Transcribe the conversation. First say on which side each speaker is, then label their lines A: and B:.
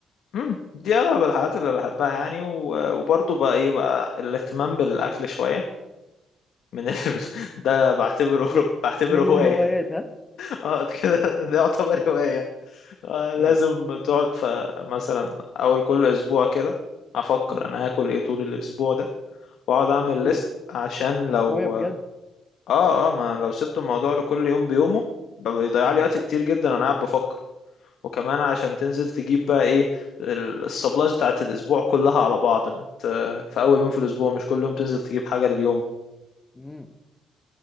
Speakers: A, on the left (about 75°); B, on the left (about 20°).
A: مم. دي اغلب الحاجات اللي بحبها يعني و- وبرضه بقى ايه بقى الاهتمام بالاكل شوية من ال... <laughs> ده بعتبره
B: م-
A: بعتبره
B: من
A: هواية
B: الهوايات ها
A: <laughs> اه كده ده يعتبر هواية آه، لازم
B: <laughs>
A: تقعد ف- مثلا اول كل اسبوع كده افكر
B: مم.
A: انا هاكل ايه طول الاسبوع ده واقعد اعمل
B: أوه،
A: ليست عشان
B: ده
A: لو
B: هواية بجد
A: اه اه ما لو سبت الموضوع لكل يوم بيومه ب- بيضيع
B: مم.
A: لي وقت كتير جدا وانا قاعد بفكر وكمان عشان تنزل تجيب بقى ايه ال- السبلايز بتاعت الاسبوع كلها على بعض مت في اول يوم في الاسبوع مش كل يوم تنزل تجيب حاجة لليوم
B: مم.